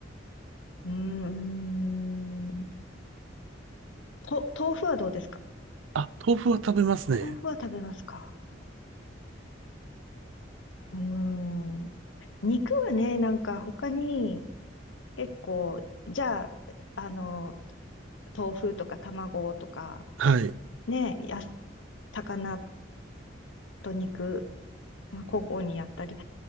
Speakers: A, on the left; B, on the right.
A: うーん。と、豆腐はどうですか
B: あ、豆腐は食べますね。
A: 豆腐は食べますかうーん。肉はね、なんか他に結構、じゃあ、あの、豆腐とか卵とか、
B: はい。
A: ね、やす、魚と肉まあ、交互にやったり。